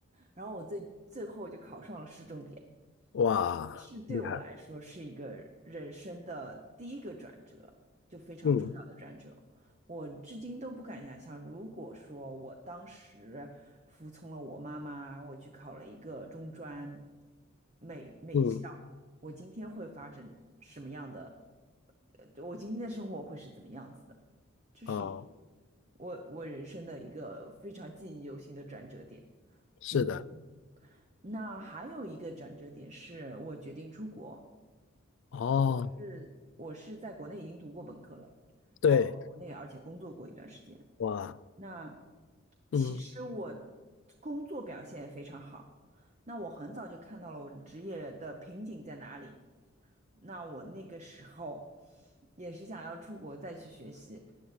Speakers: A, on the right; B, on the left.
A: 然后我最最后就考上了市重点，
B: 哇，
A: 是对我来说是一个人生的第一个转折，
B: 厉害，
A: 就非常重要的转折。
B: 嗯
A: 我至今都不敢想象，如果说我当时服从了我妈妈，我去考了一个中专美美校，
B: 嗯
A: 我今天会发生什么样的？呃我今天的生活会是怎么样子的？这是一
B: 啊，
A: 我我人生的一个非常记忆犹新的转折点。
B: 是的，
A: 嗯，那还有一个转折点是我决定出国。
B: 哦，
A: 呃我是我是在国内已经读过本科了，然后我在国内而且工作过一段时间。
B: 对，哇，
A: 那
B: 嗯
A: 其实我工作表现也非常好。那我很早就看到了我职业的瓶颈在哪里。那我那个时候也是想要出国再去学习，